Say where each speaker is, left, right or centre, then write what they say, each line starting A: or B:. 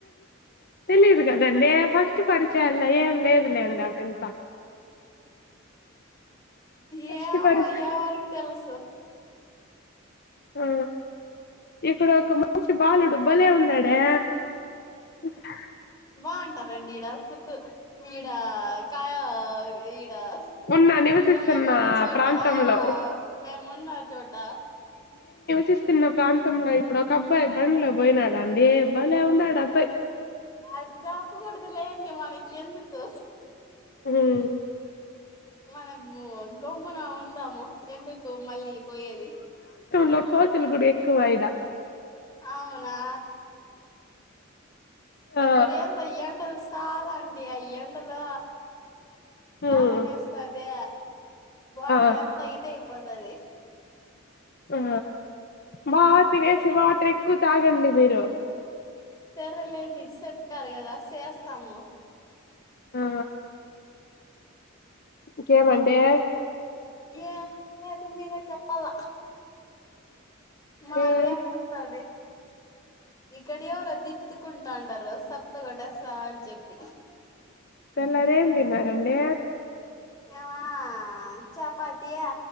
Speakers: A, on the left; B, on the left.
A: తెలియదు కదండి ఫస్ట్ పరిచయంలో ఏం లేదు లేండి అదంత ఫస్ట్
B: ఏమో
A: పరిచ
B: ఎవరికి తెలుసు బ్లాంక్
A: ఆ ఇక్కడ ఒక మనిషి బాలుడు భలే ఉన్నాడే బ్లాంక్
B: బా అంటారండి ఈడ పుతు ఈడ కాయ ఈడ
A: ఉన్నా నివసిస్తున్న
B: ఇక్కడ మేమున్న చోట
A: ప్రాంతంలో
B: ఆ మేముండ చోట
A: చిస్తున్న ప్రాంతంలో ఇప్పుడు ఒక అబ్బాయి బండ్లో పోయినాడండి. భలే ఉన్నాడు అబ్బాయి
B: మన చెప్పకూడుదు లేంది మనకి ఎందుకు
A: ఉమ్
B: మనము గమ్మున ఉందాము ఎందుకు మళ్ళీ పోయేది.
A: లో కోతులు గుడ ఎక్కువయిడా
B: అవునా
A: ఆ
B: ఇక్కడ ఏందో ఎండలు చాలా అండి అయ ఎండలో
A: ఉమ్
B: దాహమేస్తాది బాడి
A: ఆ
B: అంతా ఇదే అయిపో తది
A: ఆ బాగా తినేసి
B: మీరు
A: వాటర్ ఎక్కువ తాగండి మీరు
B: సరేలేండి చెప్పారు కదా సేస్తాము
A: ఆ ఇంకేమండే
B: ఏమి లేదు మీరే చెప్పల్ల మాదేముంటది
A: ఏం
B: ఇక్కడ ఎవరో తిత్తుకుంటాండరు. సబ్బుతో కొట్టేస్తా అని జెప్పి
A: తెల్లారి ఎం తిన్నారండి
B: ఏవా చపాతియా